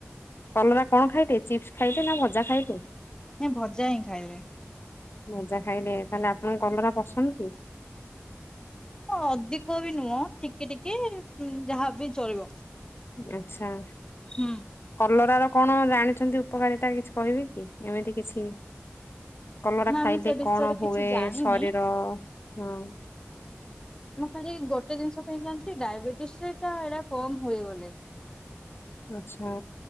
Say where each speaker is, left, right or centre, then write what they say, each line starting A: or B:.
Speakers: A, on the left (about 55°); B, on the left (about 15°).
A: କଲରା କଣ ଖାଇବେ ଚିପ୍ସ ଖାଇବେ ନା ଭଜା ଖାଇବେ?
B: ନାଁ ଭଜା ହିଁ ଖାଇଲେ।
A: ମଜା ଖାଇଲେ, ତାହେଲେ ଆପଣଙ୍କ କଲରା ପସନ୍ଦ କି?
B: ହଁ ଅଧିକ ବି ନୁହଁ ଟିକେ ଟିକେ ଯାହାବ ଚଳିବ।
A: ଆଚ୍ଛା।
B: ହୁଁ।
A: କଲର ର କଣ ଜାଣିଛନ୍ତି ଉପକାରିତା? କିଛି କହିବି କି ଏମିତି କିଛି। କଲରା
B: ନା
A: ଖାଇଲେ
B: ମୁଁ ସେ ବିଷୟରେ
A: କଣ
B: କିଛି
A: ହୁଏ
B: ଜାଣିନି।
A: ଶରୀର? ହଁ
B: ମୁଁ ଖାଲି ଗୋଟେ ଜିନିଷ ପାଇଁ ଜାଣିଛି ଡାଇବେଟିସ ରେ ଏଇଡା କମ ହୁଏ ବୋଲି।
A: ଆଚ୍ଛା।